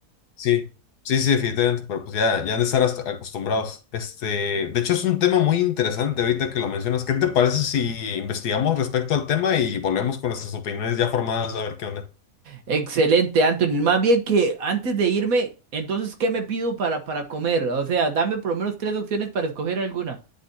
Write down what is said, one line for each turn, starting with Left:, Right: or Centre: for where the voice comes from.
Left: Sí, sí, sí, definitivamente, pero pues ya, ya han de estar hasta- acostumbrados. Este, de hecho, es un tema muy interesante ahorita que lo mencionas. ¿Qué te parece si investigamos respecto al tema y volvemos con nuestras opiniones ya formadas a ver qué onda?
Right: Excelente, Anthony. Más bien que antes de irme, entonces, ¿qué me pido para, para comer? O sea, dame por lo menos tres opciones para escoger alguna.